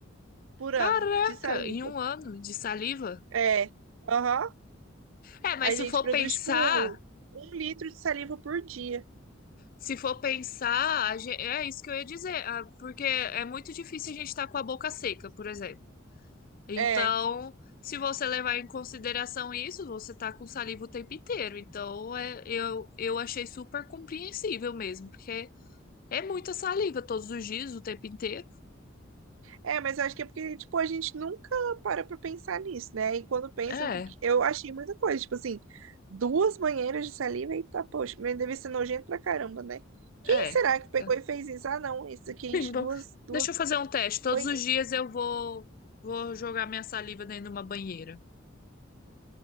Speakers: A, on the right; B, on the left.
A: por
B: Caraca,
A: ano de saliva.
B: em um ano de saliva?
A: É, aham.
B: É, mas
A: A
B: se
A: gente
B: for
A: produz,
B: pensar,
A: tipo, um litro de saliva por dia.
B: se for pensar, a gen- é isso que eu ia dizer, ah, porque é muito difícil a gente estar com a boca seca, por exemplo. Então,
A: É,
B: se você levar em consideração isso, você tá com saliva o tempo inteiro. Então, é, eu, eu achei super compreensível mesmo, porque É muita saliva todos os dias, o tempo inteiro.
A: é, mas eu acho que é porque, tipo, a gente nunca para pra pensar nisso, né? E quando pensa,
B: É,
A: eu fiquei- eu achei muita coisa, tipo assim, duas banheiras de saliva e tá, poxa, mas deve ser nojento pra caramba, né? Quem
B: é.
A: será que pegou
B: Tá.
A: e fez isso? Ah, não, isso aqui
B: <laughs>
A: enche
B: Bom,
A: duas, duas
B: Deixa eu fazer um teste. Todos
A: banheiras.
B: os dias eu vou, vou jogar minha saliva dentro de uma banheira.